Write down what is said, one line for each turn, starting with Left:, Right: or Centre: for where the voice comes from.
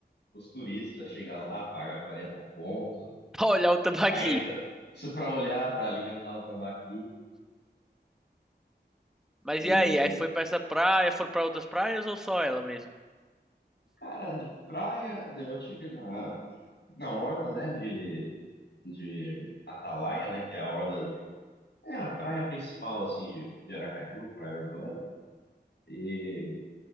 Left: os turistas chegar lá, paga 40 conto,
Centre: Pra olhar o tambaqui.
Left: aí entra isso pra olhar, pra alimentar o tambaqui.
Centre: Mas
Left: E,
Centre: e aí? Aí foi pra essa praia, foram pra outras praias ou só ela mesmo?
Left: cara, de praia, eu tive na, na orla, né, de, de Atalaia, né? Que é a orla de. É a praia principal, assim, de, de Aracaju, praia urbana. E,